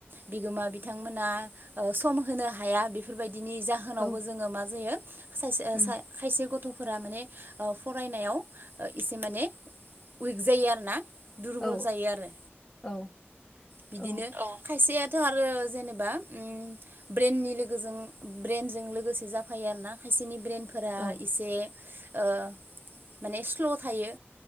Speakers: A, on the right; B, on the left.
A: बिगोमा बिथांमोना सम होनो हाया बेफोरबायदि बिनि जाहोनावबो
B: औ
A: जोङो मा जायो सासे
B: उम
A: खायसे गथ'फोरा माने ओ फरायनायाव एसे माने उइक जायो आरो ना। दुरबल
B: औ
A: जायो आरो
B: औ
A: बिदिनो
B: औ
A: अ खायसे थ' आरो जेनेबा ब्रेननि लोगोजों ब्रेनजों लोगोसे जाफायो आर ना। बिसिोरनि ब्रेन फोरा
B: औ
A: एसे ओ माने स्ल' थायो।